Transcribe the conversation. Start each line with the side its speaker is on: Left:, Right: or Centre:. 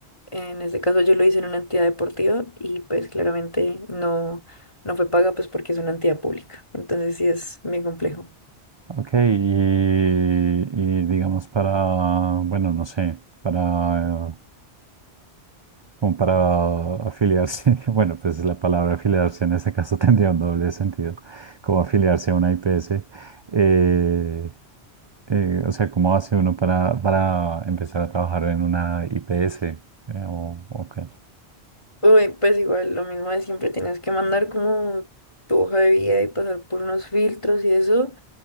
Left: en este caso yo lo hice en una entidad deportiva y pues claramente no, no fue paga pues porque es una entidad pública. Entonces sí es bien complejo.
Right: Ok, y, y digamos para, bueno, no sé, para, eh, como para afiliarse, <laughs> bueno, pues la palabra afiliarse en este caso <laughs> tendría un doble sentido, como afiliarse a una IPS. eh, eh, o sea, ¿cómo hace uno para, para empezar a trabajar en una IPS? Eh, o- ok,
Left: Uy, pues igual lo mismo de siempre, tienes que mandar como tu hoja de vida y pasar por unos filtros y eso,